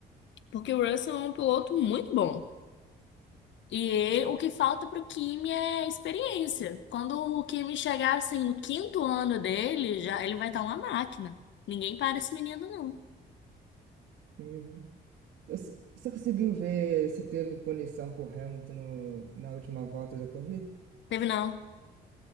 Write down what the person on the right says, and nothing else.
Uhum. Eu s- Você conseguiu ver se teve punição por Hamilton no, na última volta da corrida?